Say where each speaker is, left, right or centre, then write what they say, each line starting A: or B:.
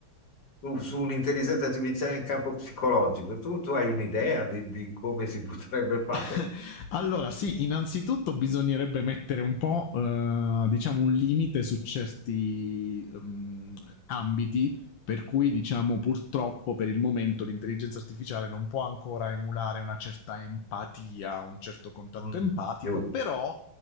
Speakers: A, on the left; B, on the left.
A: Tu su un'intelligenza artificiale in campo psicologico, tu, tu hai un'idea di, di come si <laughs> potrebbe fare?
B: <laughs> allora, sì, innanzitutto bisognerebbe mettere un po', eh, diciamo, un limite su certi ehm, ambiti. Per cui, diciamo, purtroppo per il momento l'intelligenza artificiale non può ancora emulare una certa empatia, un certo contatto
A: Mm,
B: empatico,
A: giusto.
B: però